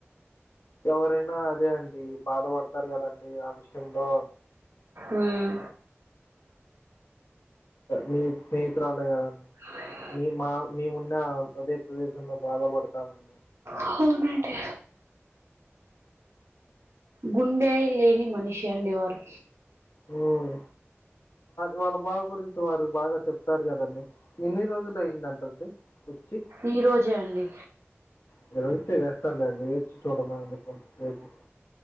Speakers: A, on the left (about 85°); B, on the right (about 70°).
A: ఎవరైనా అదే అండి బాధపడతారు కదండి ఆ విషయంలో
B: ఉం
A: మీ స్నేహితురాలే కదండి
B: అ
A: మీ మా మేమున్న అదే ప్రదేశంలో బాధపడతామండి
B: అవునండీ గుండె లేని మనిషి అండి వారు
A: ఉం వాళ్ళ బాబ గురించి వారు బాగా చెప్తారు కదండి ఎన్ని రోజులు అయిందంటండి వచ్చి
B: ఈ రోజే అండి
A: ఇది రజతే వెసర్లే అడి వచి చూడమ అ కొంచెం స <unintelligible>